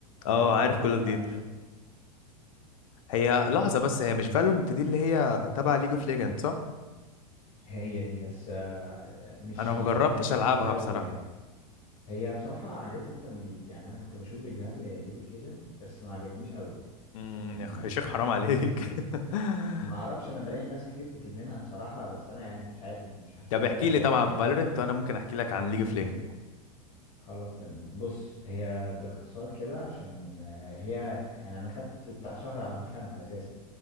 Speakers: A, on the left; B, on the left.
A: اه
B: ولا انت
A: عارف
B: مالكش
A: كول
B: في الالعاب
A: اوف ديوتي
B: الشوتي
A: هي
B: مالكش
A: لحظه بس هي مش فالورنت دي اللي هي تبع ليج اوف ليجند صح
B: هي دي بس آه، مش
A: انا ما
B: مش
A: جربتش
B: مش
A: العبها
B: ليجو قوي
A: بصراحه
B: يعني هي بصراحة عجبتني اكتر من ليج يعني انا كنت بشوف فيديوهات لليج اوف ليجند بس ما عجبتنيش قوي
A: امم
B: فاهمني
A: يا اخي يا شيخ حرام عليك <laughs>
B: ما اعرفش انا بلاقي ناس كتير بتدمنها بصراحة بس انا يعني مش عارف مش حاسسها
A: طب احكي
B: كده جاية
A: لي طبعا
B: معايا
A: فالورنت وانا ممكن احكي لك عن ليج اوف ليجند
B: خلاص تمام بص هي باختصار كده عشان آه، هي يعني انا خدت بتاع شهر على ما افهمها اساسا